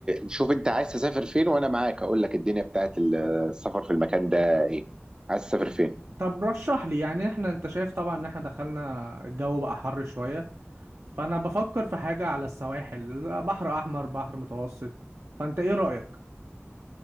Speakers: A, on the right; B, on the right.
A: شوف انت عايز تسافر فين وانا معاك اقول لك الدنيا بتاعت ال- السفر في المكان ده ايه عايز تسافر
B: ط-
A: فين
B: طب رشح لي يعني احنا انت شايف طبعا ان احنا دخلنا الجو بقى حر شويه فانا بفكر في حاجه على السواحل بحر احمر بحر متوسط فانت ايه رايك